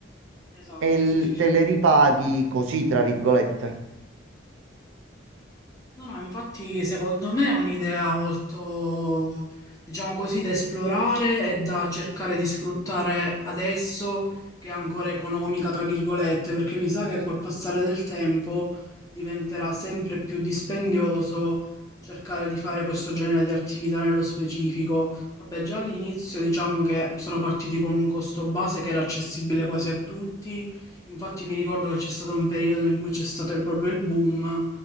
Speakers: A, on the left; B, on the right.
A: Esatto,
B: e l-
A: sì, sì,
B: te
A: sì.
B: le ripaghi così, tra virgolette.
A: No, no, infatti secondo me è un'idea molto, diciamo così, da esplorare e da cercare di sfruttare adesso che è ancora economica, tra virgolette, perché mi sa che col passare del tempo diventerà sempre più dispendioso cercare di fare questo genere di attività nello specifico. Vabbè, già all'inizio diciamo che sono partiti con un costo base che era accessibile quasi a tutti, infatti mi ricordo che c'è stato un periodo in cui c'è stato il- proprio il boom